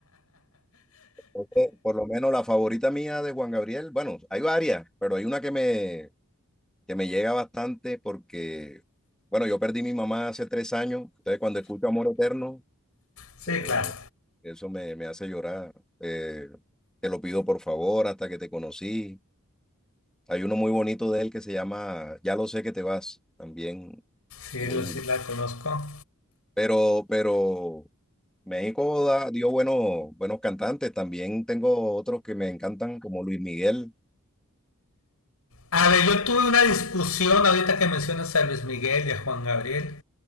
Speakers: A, in the centre; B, on the left.
A: Entonces, por lo menos la favorita mía de Juan Gabriel, bueno, hay varias, pero hay una que me, que me llega bastante porque, bueno, yo perdí a mi mamá hace tres años, entonces cuando escucho Amor Eterno,
B: Sí,
A: eh,
B: claro.
A: eso me, me hace llorar. Eh, te lo pido por favor, hasta que te conocí. Hay uno muy bonito de él que se llama Ya lo sé que te vas, también
B: Sí,
A: muy,
B: sí la conozco.
A: Pero, pero México da- dio buenos, buenos cantantes. También tengo otros que me encantan, como Luis Miguel.
B: A ver, yo tuve una discusión ahorita que mencionas a Luis Miguel y a Juan Gabriel.